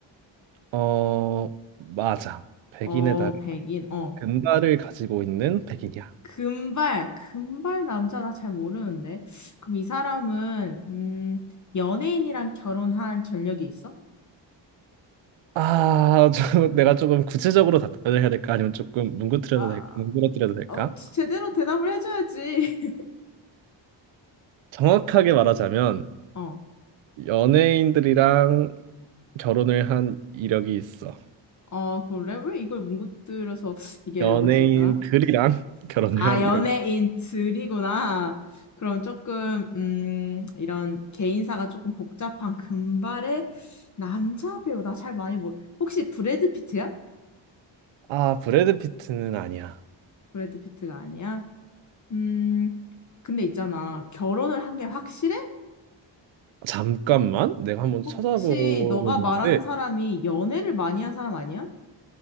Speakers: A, on the right; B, on the left.
A: 어 맞아. 백인에다가
B: 어, 백인, 어.
A: 금발을 가지고 있는 백인이야.
B: 금발, 금발 남자 나 잘 모르는데. 그럼 이 사람은, 음, 연예인이랑 결혼한 전력이 있어?
A: 아, 저, <laughs> 내가 조금 구체적으로 답변을 해야 될까? 아니면 조금 뭉그러뜨려도
B: 아,
A: 될, 뭉그러뜨려도 될까?
B: 어, 제대로 대답을 해줘야지. <laughs>
A: 정확하게 말하자면
B: 어,
A: 연예인들이랑 결혼을 한 이력이 있어.
B: 어, 그래? 왜 이걸 뭉구들려서 얘기하려고
A: 연예인들이랑
B: 했을까?
A: <laughs> 결혼을
B: 아,
A: 한
B: 연예인
A: 이력.
B: 들이구나. 그럼 조금, 음, 이런 개인사가 조금 복잡한 금발의 남자 배우, 나 잘 많이 모 혹시 브래드 피트야?
A: 아, 브래드 피트는 아니야.
B: 브래드 피트가 아니야? 음, 근데 있잖아. 결혼을 한 게 확실해?
A: 잠깐만, 내가 한번
B: 혹시
A: 찾아보고
B: 너가
A: 있는데,
B: 말하는 사람이 연애를 많이 한 사람 아니야?